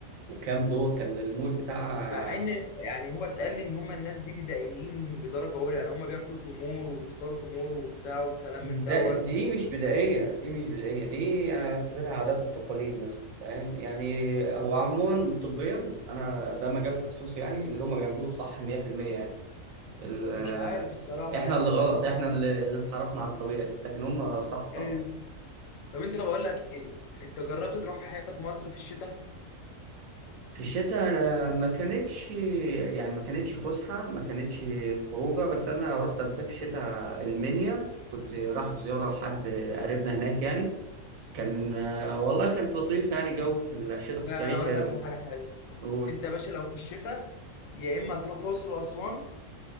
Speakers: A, on the right; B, on the left.
A: وكام دور كان المول بتاع
B: مع ان يعني هو اتقال لي ان هما الناس دي بدائيين بدرجه اولى يعني هما بياكلوا تمور وبيفطروا تمور وبتاع والكلام
A: ده
B: من دوت
A: دي مش بدائيه دي مش بدائيه دي انا اعتبرها عادات وتقاليد مثلا فاهم يعني هو عموما طبيا انا ده مجال تخصصي يعني اللي هم بيعملوه صح 100% يعني ال- آه،
B: مش عارف الصراحة
A: احنا
B: يعني
A: اللي
B: حسيت
A: غلط
B: إن
A: احنا
B: هو
A: اللي اللي انحرفنا عن الطبيعي لكن هم صح
B: إيه
A: طبعا
B: طب أنت بقول لك إيه أنت جربت تروح في حتة في مصر في الشتاء؟
A: في الشتاء ما كانتش يعني ما كانتش فسحة ما كانتش خروجة بس أنا رحت قبل كده في الشتاء المنيا كنت رايح زيارة لحد قريبنا هناك يعني كان آه، والله كانت لطيفة يعني جو في الشتاء في
B: لا
A: الصعيد
B: أنا
A: حلو
B: أقول لك على حاجة حلوة
A: قول
B: أنت يا باشا لو في الشتاء يا إما هتروح الأقصر وأسوان